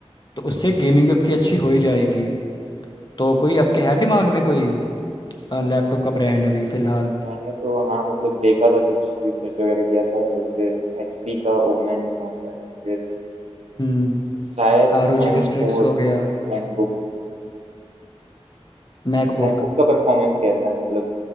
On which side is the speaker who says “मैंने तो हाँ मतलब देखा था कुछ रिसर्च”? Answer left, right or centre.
Right